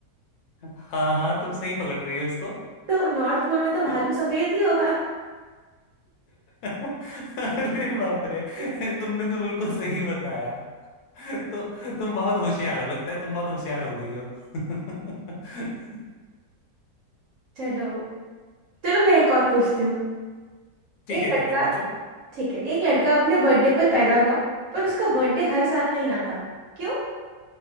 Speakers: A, on the left; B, on the right.
A: <laughs> हाँ हाँ तुम सही पकड़ रही हो इसको
B: तो नॉर्थ पोल में तो भालू
A: <laughs>
B: सफेद ही होगा
A: अरे बाप रे
B: <laughs>
A: तुमने तो बिल्कुल सही बताया <laughs> तो तुम बहुत होशियार हो लगता है तुम बहुत होशियार हो गई हो <laughs>
B: चलो चलो मैं एक और पूछती हूँ
A: ठीक
B: एक
A: है
B: लड़का
A: ठीक है पूछो
B: ठीक है एक लड़का अपने बर्थडे पर पैदा हुआ पर उसका बर्थडे हर साल नहीं आता क्यों